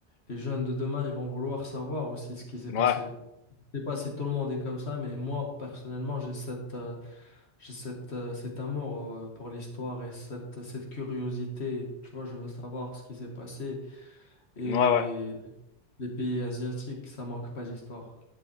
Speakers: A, on the left (about 75°); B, on the left (about 50°).
A: les jeunes de demain, ils vont vouloir savoir aussi ce qui s'est
B: Ouais,
A: passé Je sais pas si tout le monde est comme ça, mais moi, personnellement, j'ai cette, euh, j'ai cette, euh, cet amour euh, pour l'histoire et cette, cette curiosité. Tu vois, je veux savoir ce qui s'est passé. Et
B: ouais, ouais.
A: les pays asiatiques, ça manque pas d'histoire.